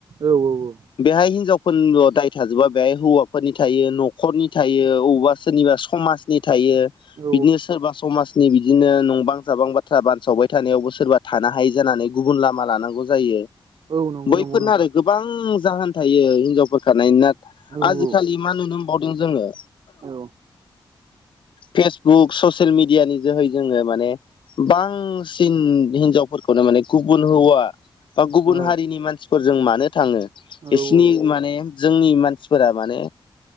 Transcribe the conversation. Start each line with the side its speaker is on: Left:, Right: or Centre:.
Right: औ औ औ।
Left: बेहाय हिनजावफोरनिल' दाय थाजोबा बेहाय हौवाफोरनि थायो न'खरनि थायो। बबावबा सोरनिबा समाजनि थायो
Right: औ
Left: बिदिनो सोरबा समाज नि बिदिनो नंबां जाबां बाथ्रा बानसावबाय थानायावबो सोरबा थानो हायि जानानै गुबुन लामा लानांगौ जायो।
Right: औ नंगौ
Left: बैफोरनो
Right: नंगौ नोंथां
Left: आरो गोबां जाहोन थायो हिनजावफोर खारनाय ना
Right: औ
Left: आजिखालि
Right: औ
Left: मा नुनो मोनबावदों जोङो
Right: औ
Left: फेसबुक ससियेल मिडियानि जोहै जोङो माने बांसिन हिनजावफोरखौनो माने गुबुन हौवा बा गुबुन
Right: औ
Left: हारिनि मानसिफोरजों मानो थाङो
Right: औ
Left: बिसिनि
Right: औ
Left: माने जोंनि मानसिफोरा माने